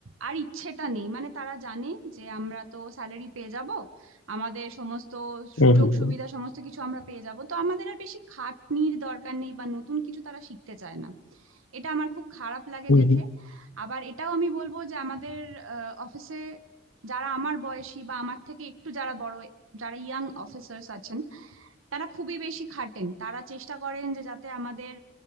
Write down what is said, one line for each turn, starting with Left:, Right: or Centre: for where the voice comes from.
Right: আর ইচ্ছেটা নেই মানে তারা জানে যে আমরা তো স্যালারি পেয়ে যাব আমাদের সমস্ত
Left: হুম
Right: সুযোগ
Left: হুম হুম।
Right: সুবিধা সমস্ত কিছু আমরা পেয়ে যাব তো আমাদের আর বেশি খাটনির দরকার নেই বা নতুন কিছু তারা শিখতে চায় না এটা আমার খুব খারাপ লাগে
Left: হুম
Right: দেখে
Left: হুম।
Right: আবার এটাও আমি বলবো যে আমাদের অফিসে যারা আমার বয়সী বা আমার থেকে একটু যারা বড় যারা ইয়াং অফিসার্স আছেন তারা খুবই বেশি খাটেন তারা চেষ্টা করেন যে যাতে আমাদের